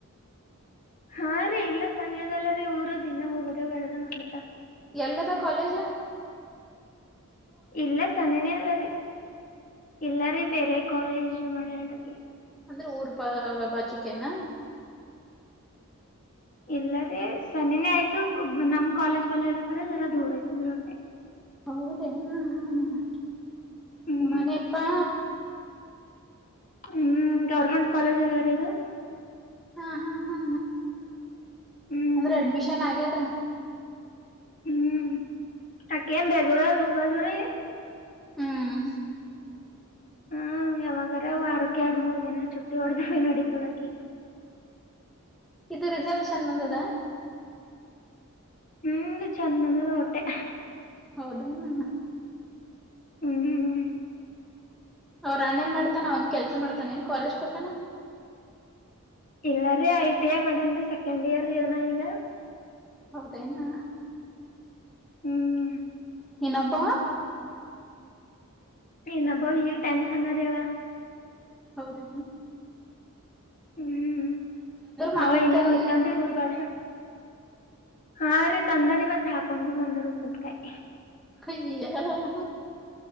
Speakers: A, on the left; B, in the centre.
A: ಹಾ ರೀ ಇಲ್ಲ ಸನ್ಯದಲ್ಲ ರೀ ಊರು ದಿನ ಹೋಗೋದು ಬರದ ಮಾಡ್ತಾ
B: ಎಲ್ಲದ ಕಾಲೇಜು
A: ಇಲ್ಲೆ ಸಮೀಪ ರೀ ಇಲ್ಲ ರೆ ಬೇರೆ ಕಾಲೇಜ್ ಮಾಡಡಕ್ಕೆ
B: ಅಂದ್ರೆ ಊರ್ ಪ ಬಾಜುಕ ನ
A: ಇಲ್ಲರ ಸನಿನೇ ಆಯ್ತು ನಮ್ ಕಾಲೇಜ್ ಬಲ್ಲದ ಖರ ಜರ ದೂರ ಆಯ್ತಂದ್ರೆ ಹೊಟ್ಟೆ
B: ಹೌದ ರೀ ಹ್ಮ ಹ್ಮ
A: ಹ್ಮ್
B: ಉಮನಪ್ಪಾ
A: ಹ್ಮ್ ಗೌರ್ಮೆಂಟ್ ಕಾಲೇಜ್ ಅದವರದು
B: ಹಾ ಹಾ ಹಾ
A: ಹ್ಮ್
B: ಅಂದ್ರೆ ಅಡ್ಮಿಷನ್ ಆಗ್ಯದ
A: ಹ್ಮ್ ತಕೆನು ಬೇಗರ ಹೋಗಲ್ ರ
B: ಹ್ಮ್
A: ಹ್ಮ ಯಾವಾಗಾರವು ಆರಕ್ಕೆ ಎರಡ್ ಮೂರ್ ದಿನ ಚುಟ್ಟಿ ಹೊಡ್ದಾವ ನಡೀತದಕಿ
B: ಇದು ರಿಸಲ್ಷನ್ ಬಂದದ
A: ಹ್ಮ್ದ ಚಂದ ಮಂದದ ಹೊಟ್ಟೆ
B: ಹೌದೇ ನ
A: ಹ್ಮ್್ಮ
B: ಅವ್ರ ಅಣ್ಣ ಏನ್ ಮಾಡ್ತಾನ ಅವನ್ ಕೆಲ್ಸ ಮಾಡ್ತಾನ ಏನ್ ಕಾಲೇಜ್ಗೆ ಹತಾನ
A: ಇಲ್ಲಾರೀ ಐ ಟಿ ಐ ಮಾಡನ್ ರೀ ಸೆಕೆಂಡ್ ಇಯರ್ ಏಣ ಈಗ
B: ಹೌದಾಯನಾ
A: ಹ್ಮ್
B: ಇನ್ನೊಬ್ಬ
A: ಇನ್ನೊಬ್ಬ ಈಗ ಟೆಂತ್ ಇದವ
B: ಹೌದು
A: ಹ್ಮ್
B: ಮಾವಿನಕಾಯಿ
A: ಅವ ಇಲ್ಲ ಹೋಯ್ತನ್ ಊರು ಬಾಗಿಲು ಹಾ ರೀ ತಂದಾರ ಇವತ್ ಹಾಕೊಂಡ್ ಭ ಬಂದಾರ ಉಪ್ಪನ್ಕಾಯಿ
B: ಕೈಯ ಹ